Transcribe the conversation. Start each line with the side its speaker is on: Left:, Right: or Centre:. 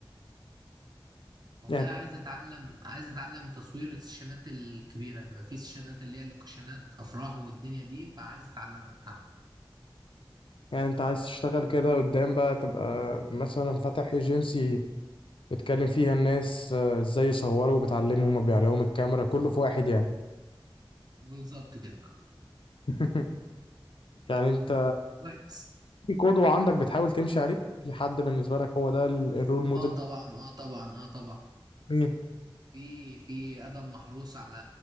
Right: والله
Left: يعني
Right: عايز اتعلم عايز اتعلم تصوير السيشنات الكبيره بيبقى في سيشنات اللي هي اللوكيشنات افراح والدنيا دي فعايز اتعلمها
Left: يعني انت عايز تشتغل كده قدام بقى تبقى مثلا فاتح ايجنسي بتكلم فيها الناس آه، ازاي يصوروا وبتعلمهم وبيع لهم الكاميرا كله في واحد يعني
Right: بالظبط كده
Left: <laughs> يعني انت
Right: كويس
Left: في قدوة عندك بتحاول تمشي عليه في حد بالنسبة لك هو ده ال- الرول موديل
Right: اه طبعا اه طبعا اه طبعا
Left: مين
Right: في في ادم محروس على